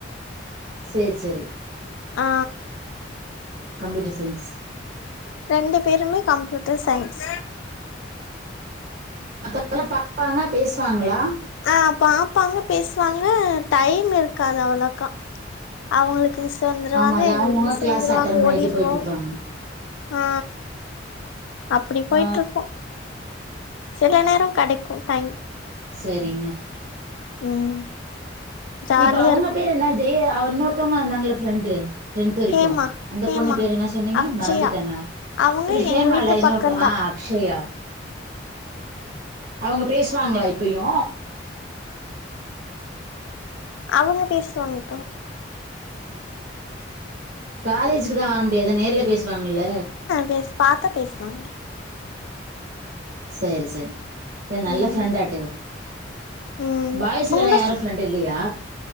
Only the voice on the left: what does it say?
ஆ
ரெண்டு பேருமே கம்ப்யூட்டர் சைன்ஸ்
ஆ பாப்பாங்க பேசுவாங்க டைம் இருக்காது அவ்ளோக்கா அவுங்குளுக் மிஸ் வந்துருவாங்க
எங்குளுக்கு
மிஸ்
வந்துருவாங்க
ஓடிடுவோ
ஆ அப்டி போயிட்டு
இருக்கோ சில நேரோ கெடைக்கு டைம்
ம் ஜாலியா
இருக்கு
ஹேமா
ஹேமா
அக்ஷயா
அவங்க
எங்க வீட்டு
பக்கந்தா
அவங்க பேசுவாங் கா
பேஸ் பாத்தா பேசுவாங்க
ம்
ம்
உங்க
ஃப